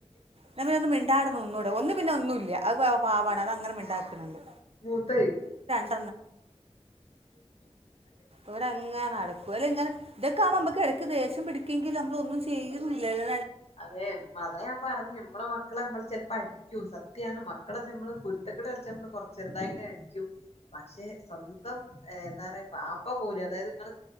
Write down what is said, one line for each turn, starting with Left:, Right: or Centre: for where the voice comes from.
Right: ന്നാ പിന്നെ ഒന്നും മിണ്ടാതെ ആടെ നിന്നൂടെ ഒന്ന് പിന്നെ ഒന്നും ഇല്ല അത് പാവാണ് അത് അങ്ങനെ മിണ്ടാക്കണണ്ട്
Left: മൂത്തയെ
Right: <unintelligible> ഒരരങ്ങനെ നട ഓല് ഇങ്ങനെ ഇതകാകുമ്പോ നമക്ക് ഇടക്ക് ദേഷ്യം പിടിക്കെങ്കിലും നമ്മൾ ഒന്നും ചെയ്യോന്നും ഇല്ലല്ലോ
Left: അതെ അതെ ഞാൻ പറഞ്ഞ നമ്മളെ മക്ക മക്കളെ നമ്മൾ ചിലപ്പോ അടിക്കും സത്യണ് മക്കളെ നമ്മള് കുരുത്തക്കേട് കാണിച്ചാൽ നമ്മൾ കുറച്ച് ചെറുതായിട്ട് അടിക്കും പക്ഷെ സ്വന്തം എന്താ പറയ ബാപ്പ പോലും അതായത് നിങ്ങൾ